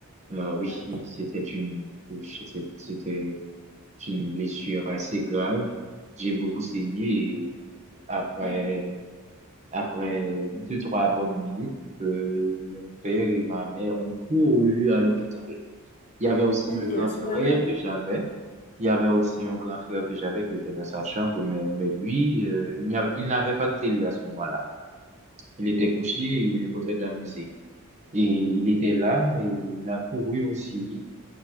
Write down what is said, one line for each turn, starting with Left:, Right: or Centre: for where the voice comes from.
Right: Ah oui,
Left: mince.
Right: c'était une, oui, c'était c'était une blessure assez grave. J'ai beaucoup saigné et après,
Left: Ah.
Right: Après deux, trois bonnes minutes, euh, mon père et ma mère ont couru à l'hôpital. Il y avait aussi
Left: Ah
Right: un
Left: oui,
Right: grand
Left: à
Right: frère
Left: ce point-là.
Right: que j'avais. Il y avait aussi un grand frère que j'avais qui était dans sa chambre, mais, mais lui, euh, il n'y avait- il n'avait pas de télé à ce moment-là. Il était
Left: Mm.
Right: couché, il écoutait de la musique. Et il était là et il a couru aussi